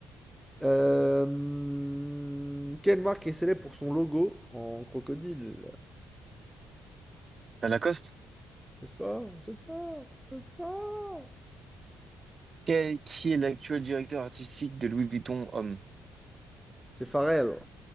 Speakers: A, in the centre; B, on the right (about 40°).
A: Euh, quelle marque est célèbre pour son logo en crocodile?
B: Lacoste?
A: C'est fort, c'est fort, c'est fort.
B: Quel- qui est l'actuel directeur artistique de Louis Vuitton Homme?
A: C'est Pharrell,